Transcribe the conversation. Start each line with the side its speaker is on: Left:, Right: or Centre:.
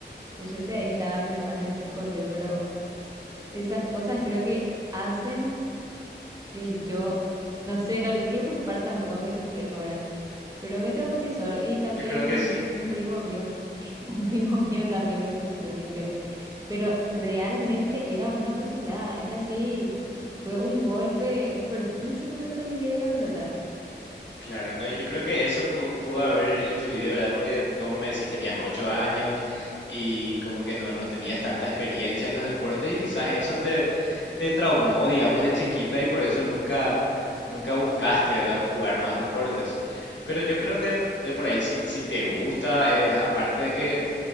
Right: Por suerte ahí estaba mi hermano y me socorrió, pero esas cosas creo que hacen que yo, no sé, no le quiero culpar tampoco a mi reflejo, ¿verdad? Pero me traumatizó y también
Left: Yo creo que sí.
Right: un primo mío, <laughs> un primo mío también me fusiló sin querer. Pero realmente era una fusilada, era así, fue un golpe fuertísimo lo que recibí de la pelota.
Left: Claro, no, y yo creo que eso pu- pudo haber influido, ¿verdad? Porque, como me decís, tenías ocho años y como que no, no tenías tanta experiencia en los deportes y quizás eso te, te traumó, digamos, de chiquita y por eso nunca, nunca buscaste, ¿verdad? Jugar más deportes. Pero yo creo que de por ahí, si, si te gusta, eh, aparte de que